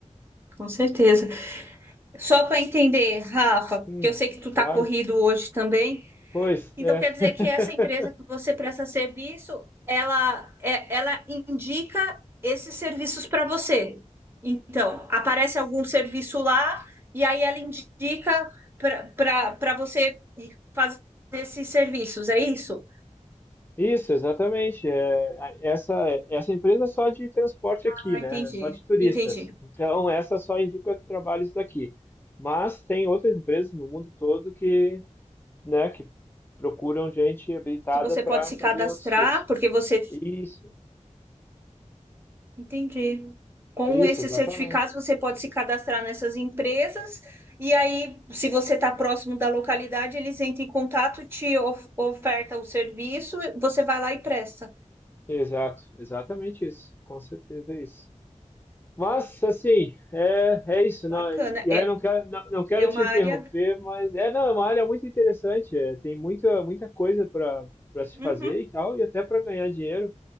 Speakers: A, on the right; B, on the left.
A: com certeza. Só para entender, Rafa, porque
B: Hum,
A: eu sei que tu está
B: claro.
A: corrido hoje também,
B: Pois,
A: então
B: é.
A: quer dizer
B: <laughs>
A: que essa empresa que você presta serviço, ela, é- ela indica esses serviços para você. Então, aparece algum serviço lá e aí ela indica para para você fazer esses serviços, é isso?
B: Isso, exatamente. É, a- essa, essa empresa é só de transporte
A: Ah,
B: aqui, né?
A: entendi,
B: É Só de turistas.
A: entendi.
B: Então, essa só indica trabalhos daqui. Mas tem outras empresas no mundo todo que né, que procuram gente habilitada
A: Que você
B: para
A: pode se
B: fazer
A: cadastrar,
B: outros tipos.
A: porque você
B: Isso,
A: Entendi. Com
B: isso,
A: esses
B: exatamente.
A: certificados, você pode se cadastrar nessas empresas, e aí, se você está próximo da localidade, eles entram em contato, te of- oferta o serviço, você vai lá e presta.
B: Exato, exatamente isso. Com certeza é isso. Mas, assim, é, é isso.
A: Bacana.
B: Não, e
A: É,
B: aí eu não quero, não, não quero
A: é uma
B: te interromper,
A: área.
B: mas é, não, é uma área muito interessante. é, tem muita, muita coisa para para se
A: Uhum.
B: fazer e tal, e até para ganhar dinheiro.